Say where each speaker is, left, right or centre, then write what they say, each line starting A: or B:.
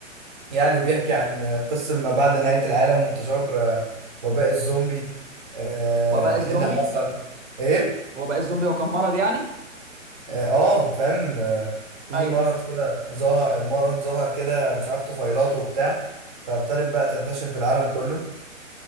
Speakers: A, on the right; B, on the right.
A: يعني بيحكي عن قصة ما بعد نهاية العالم وانتشار آه، وباء الزومبي آه،
B: وباء الزومبي
A: ايه اللي حصل ايه
B: هو بقى الزومبي هو كان مرض يعني
A: اه آه، فاهم آه، في
B: ايوه
A: مرض كده ظهر مرض ظهر كده مش عارف طفيلاته وبتاع فابتدت بقى تنتشر في العالم كله